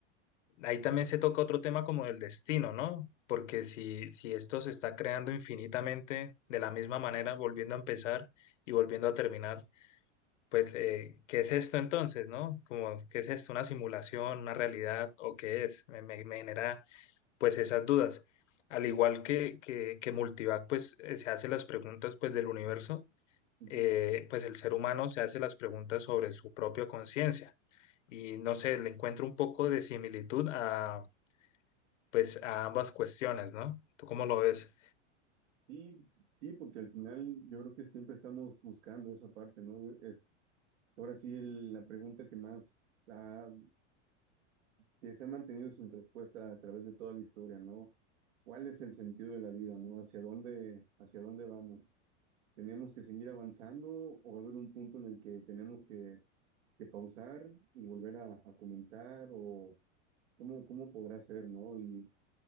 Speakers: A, on the left (about 80°); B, on the right (about 85°).
A: ahí también se toca otro tema como el destino, ¿no? Porque si, si esto se está creando infinitamente de la misma manera, volviendo a empezar y volviendo a terminar, pues, eh, ¿qué es esto entonces, no? Como, ¿qué es esto? ¿Una simulación, una realidad o qué es? Me, me- me genera, pues, esas dudas. Al igual que, que, que Multivac, pues, eh, se hace las preguntas, pues, del universo,
B: ujú.
A: eh, pues, el ser humano se hace las preguntas sobre su propia conciencia. Y, no sé, le encuentro un poco de similitud a, pues, a ambas cuestiones, ¿no? ¿Tú cómo lo ves?
B: Sí, sí, porque al final yo creo que siempre estamos buscando esa parte, ¿no? Es Ahora sí, el- la pregunta que más ha- que se ha mantenido sin respuesta a través de toda la historia, ¿no? ¿Cuál es el sentido de la vida, ¿no? ¿Hacia dónde, hacia dónde vamos? ¿Tenemos que seguir avanzando o va a haber un punto en el que tenemos que, que pausar y volver a, a comenzar? ¿O cómo, cómo podrá ser, ¿no? Y,